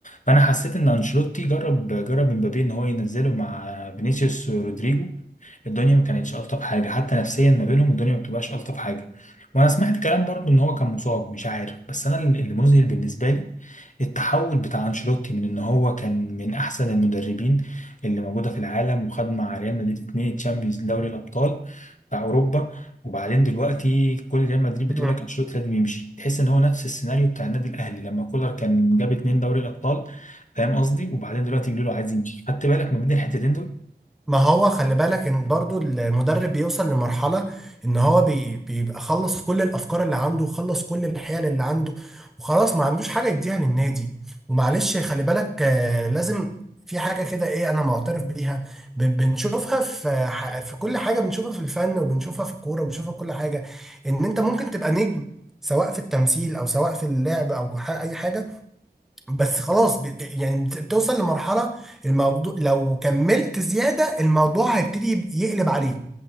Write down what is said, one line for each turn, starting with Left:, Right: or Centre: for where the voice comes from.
Left: فأنا حسيت إن أنشيلوتي جرب جرب إمبابي إن هو ينزله مع فينيسيوس رودريجو الدنيا ما كانتش الطف حاجه حتى نفسيا ما بينهم الدنيا ما بتبقاش الطف حاجه وانا سمعت كلام برضو ان هو كان مصاب مش عارف بس انا اللي اللي مذهل بالنسبه لي التحول بتاع انشيلوتي من ان هو كان من احسن المدربين اللي موجوده في العالم وخد مع ريال مدريد اتنين تشامبيونز دوري الابطال بتاع اوروبا وبعدين دلوقتي كل ريال مدريد بتقول
Centre: مم.
Left: لك انشيلوتي لازم يمشي تحس ان هو نفس السيناريو بتاع النادي الاهلي لما كولر كان جاب اتنين دوري الابطال فاهم قصدي وبعدين دلوقتي بيقولوا له عايز يمشي خدت بالك ما بين الحتتين دول
Centre: ما هو خلي بالك ان برضو المدرب بيوصل لمرحلة ان هو بي بيبقى خلص كل الافكار اللي عنده وخلص كل الحيل اللي عنده وخلاص ما عندوش حاجة يديها للنادي ومعلش خلي بالك آه، لازم في حاجة كده ايه انا معترف بيها بن- بنشوفها في ح- في كل حاجة بنشوفها في الفن وبنشوفها في الكورة وبنشوفها في كل حاجة ان انت ممكن تبقى نجم سواء في التمثيل او سواء في اللعب او ح- اي حاجة بس خلاص ب- يعني بت- بتوصل لمرحلة الموضوع لو كملت زيادة الموضوع هيبتدي يب- يقلب عليك